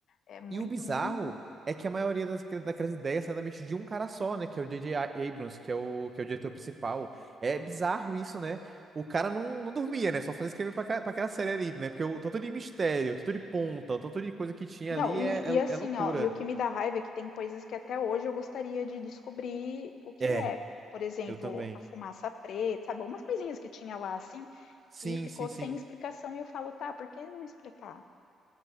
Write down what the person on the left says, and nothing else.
É muito,
muito.
Não,
e
e assim,
ó, e o que me dá raiva é que tem coisas que até hoje eu gostaria de descobrir o que
é. Por exemplo,
a fumaça preta, sabe? Algumas coisinhas que tinha lá, assim,
que ficou
sem explicação e eu falo: "Tá, por que não explicar?".